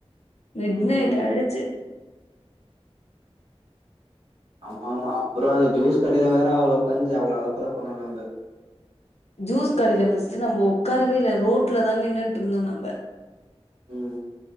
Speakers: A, on the left; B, on the right.
A: மிட்னைட்
B: ம்
A: ஆயிடுச்சு
B: ஆமாமா அப்பற ஜூஸ் கடையில வேற அவள உகாஞ்சு அவ்ளோ அலப்பற பண்ணனு அந்த
A: ஜூஸ் கடையில ஃபர்ஸ்ட் நம்ம உக்காரவே இல்ல ரோட்ல தா நின்னுட்டுருந்தோம் நம்ப
B: ம்